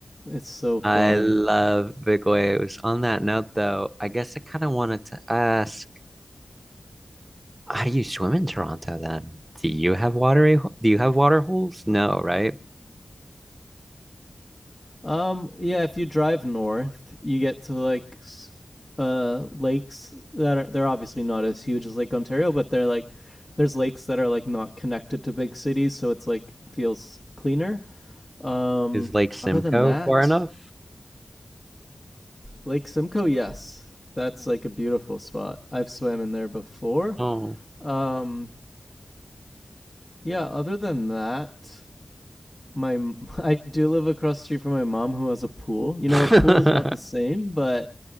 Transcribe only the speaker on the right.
I
love big waves. On that note, though, I guess I kind of wanted to ask, how do you swim in Toronto then? Do you have watery, do you have water holes? No, right?
Is Lake Simcoe
far enough?
Oh.
<laughs>